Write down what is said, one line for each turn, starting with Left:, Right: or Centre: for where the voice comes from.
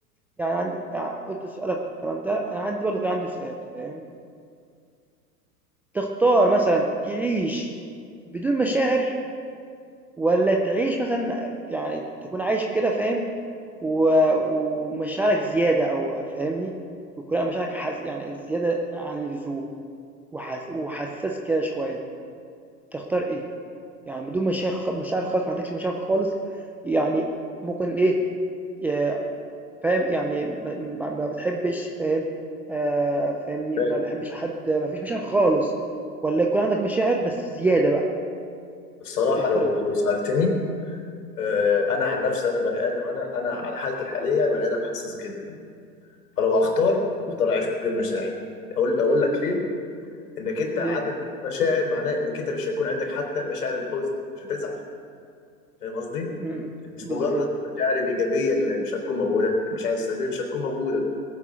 Centre: يعني عندك يع قُلت سؤالك والكلام ده، أنا عندي برضه كان عندي سؤال فاهم، تختار مثلًا تعيش بدون مشاعر والّا تعيش مثلًا يعني تكون عايش كده فاهم، و ومشاعرك زيادة أو فاهمني؟ ويكون على مشاعرك حس يعني زيادة عن اللزوم وحس وحساس كده شوية، تختار إيه؟ يعني بدون مشاعر خ مشاعر خالص ما عندكش مشاعر خالص، يعني ممكن إيه ي فاهم يعني ما ما ما بتحبش فاهم آآ فاهمني؟
Left: أوكي.
Centre: ما بتحبش حد ما فيش مشاعر خالص، والّا يكون عندك مشاعر بس زيادة بقى،
Left: الصراحه
Centre: تختار
Left: لو
Centre: إيه؟
Left: لو سالتني آه، انا عن نفسي انا بني ادم انا انا على حالتي الحاليه بني ادم حساس جدا فلو اختار
Centre: إمم،
Left: اختار اعيش من غير مشاعر اقول اقول لك ليه انك انت
Centre: ليه؟
Left: عدم وجود مشاعر معناه انك انت مش هيكون عندك حتى مشاعر الحزن مش هتزعل فاهم قصدي
Centre: إمم،
Left: مش
Centre: بالضبط،
Left: مجرد المشاعر الايجابيه اللي مش هتكون موجوده المشاعر السلبيه مش هتكون موجوده